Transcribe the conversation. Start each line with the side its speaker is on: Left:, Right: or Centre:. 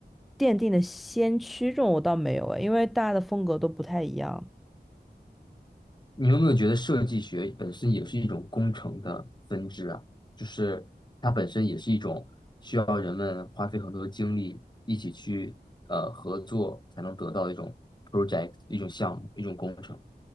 Centre: 奠定的先驱这种我倒没有诶，因为大家的风格都不太一样。
Left: 你有没有觉得设计学本身也是一种工程的分支啊？就是它本身也是一种需要人们花费很多的精力一起去呃合作才能得到的一种 project、一种项目、一种工程